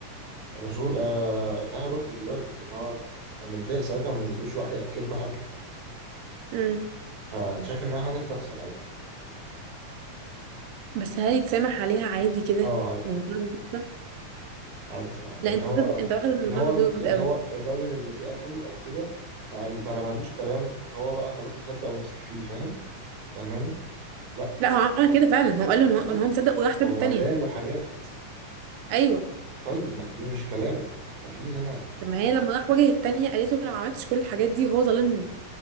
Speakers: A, on the right; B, on the right.
A: الرسول آه قال لها روح لوالدك لأن هو كان كان متضايق ساعتها وما نزلوش وحي يأكد له حاجة
B: امم
A: فشايف إنها حاجة بتحصل عادي
B: بس هل يتسامح عليها عادي كده
A: أه عادي
B: ومنتهى
A: طبعا
B: البساطة؟
A: عادي طبعا لان
B: لا انت
A: هو
B: واخد انت واخد الموضوع
A: لان هو م-
B: بجد
A: يعني
B: قوي
A: هو الراجل اللي جه قال له او كده ما ما رمالوش كلام وهو بقى خلاص مصدق ومسك فيه فاهم فاهماني لا
B: لا هو عمل كده فعلا هو قال له ان هو
A: لا
B: ان هو مصدق وراح ساب
A: هو
B: التانية
A: وراله حاجات
B: ايوه
A: طيب لا دي مش كلام ده في هنا
B: طب ما هي لما راح واجه التانية قالت له لو ما عملتش كل الحاجات دي هو ظالمني